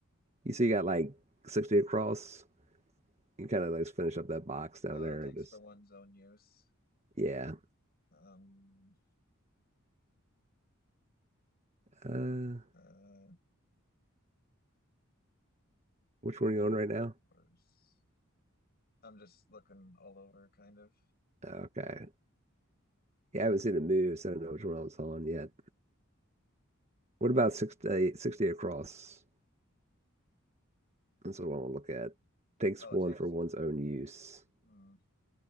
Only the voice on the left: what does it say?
uh,
takes
for one's own use.
Um,
uh,
main
course. I'm just looking all over, kind of.
Oh,
it takes.
Hmm,